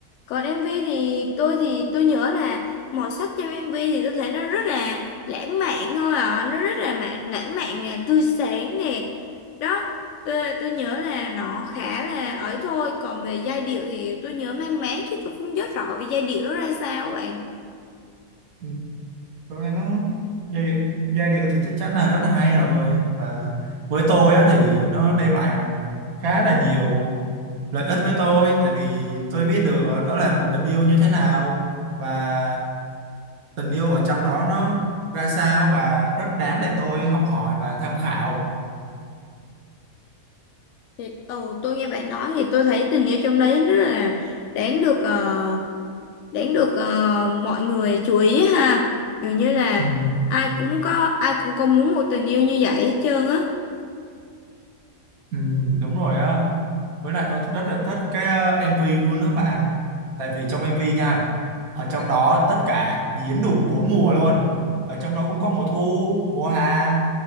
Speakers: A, on the left; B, on the right.
A: còn MV thì tôi thì tôi nhớ là màu sắc trong MV thì tôi thấy nó rất là lãng mạn thôi ạ nó rất là mạn, lãng mạn nè tươi sáng nè đó tôi, tôi nhớ là nó khá là ấy thôi còn về giai điệu thì tôi nhớ mang máng chứ tôi không nhớ rõ về giai điệu nó ra sao các bạn
B: Ừ, tôi thấy nó giai điệu giai điệu thì chắc chắn là rất là hay rồi và với tôi á thì nó đem lại à, khá là nhiều lợi ích với tôi tại vì tôi biết được đó là một tình yêu như thế nào và tình yêu ở trong đó nó ra sao và rất đáng để tôi học hỏi và tham khảo
A: thì ừ, tôi nghe bạn nói thì tôi thấy tình yêu trong đấy rất là đáng được ờ, đáng được ờ, mọi người chú ý ha dường như là
B: ừ,
A: ai cũng có ai cũng có muốn một tình yêu như vậy hết trơn á
B: ừ, đúng rồi á với lại tôi rất là thích cái ờ, MV luôn đó bạn tại vì trong MV nha ở trong đó tất cả diễn đủ bốn mùa luôn ở trong đó cũng có mùa thu mùa hè